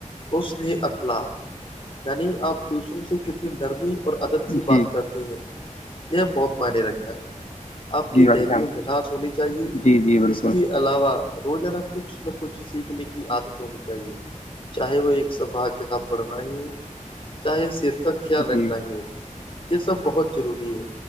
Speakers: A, on the left; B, on the left.
A: رشن اخلاق یعنی آپ دوسروں سے کتنی نرمی اور ادب سی بات
B: جی
A: کرتے ہیں یہ بہت منی رکھتا ہے آپ
B: جی
A: کے
B: بھائی
A: لہجی
B: جان
A: میں مٹھاس ہونی چاہیے
B: جی جی بالکل
A: اس کے علاوہ روزانہ کچھ نہ کچھ سیکھنے کی عادت ہونی چاہیے چاہے وہ ایک صفح کتاب پڑھنا ہی چاہے س ت کا خیال
B: جی
A: رکھنا ہی ہو یہ سب بہت ضروری ہے